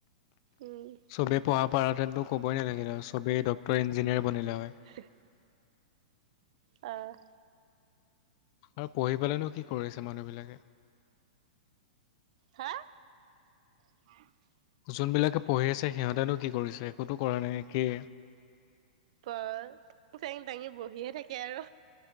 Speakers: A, on the right; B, on the left.
A: উম
B: চবেই পঢ়া পৰাহেতেনতো ক'বই নালাগে চবেই ডক্টৰ ইঞ্জিনিয়াৰ বনিলে হয়।
A: হ <unintelligible> অ'।
B: আৰু পঢ়ি পেলনো কি কৰি আছে মানুহ বিলাকে?
A: হা। <inaudible>
B: যোনবিলাকে পঢ়ি আছে সিহঁতেনো কি কৰিছে একোতো কৰা নাই একেই
A: ব ঠেং চেং দাঙি বহিয়ে থাকে আৰু